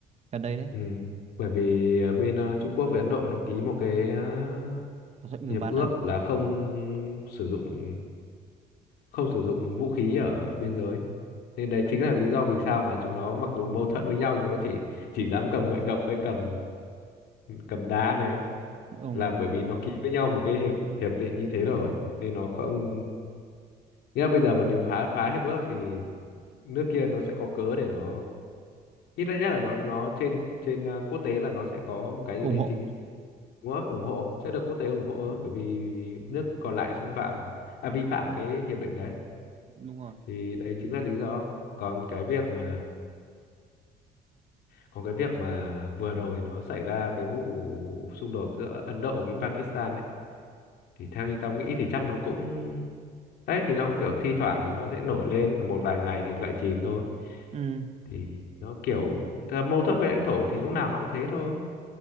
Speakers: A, on the right (about 40°); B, on the left (about 75°).
A: gần đây đấy
B: Ừ, bởi vì ờ, bên ờ, Trung Quốc với Ấn Độ nó ký một cái ờ,
A: thỏa thuận
B: hiệp
A: ngừng bắn
B: ước
A: à
B: là không sử dụng không sử dụng vũ khí ở biên giới. Nên đấy
A: Ờ,
B: chính là lý do vì sao mà chúng nó mặc dù mâu thuẫn với nhau nhưng nó chỉ chỉ dám cầm gậy gộc với cầm cầm đá này
A: ủng
B: là bởi vì nó ký với nhau một cái hiệp hiệp định như thế rồi nên nó không nghĩa là bây giờ mà nếu phá phá hiệp ước thì nước kia nó sẽ có cớ để nó ít nhất là nó nó trên trên ờ, quốc tế là nó sẽ có một cái
A: ủng
B: gì đấy
A: hộ
B: chính Đúng rồi, ủng hộ sẽ được quốc tế ủng hộ hơn bởi vì nước còn lại xâm phạm à, vi phạm cái hiệp định đấy
A: đúng rồi
B: thì đấy chính là lý do còn cái việc mà còn cái việc mà vừa rồi nó xảy ra cái vụ xung đột giữa Ấn Độ với Pakistan ấy thì theo như tao nghĩ thì chắc nó cũng đấy thì nó cũng kiểu thi thoảng thì nó sẽ nổi lên một vài ngày thì lại chìm thôi
A: ừ
B: thì nó kiểu thật mâu thuẫn về lãnh thổ thì lúc nào nó cũng thế thôi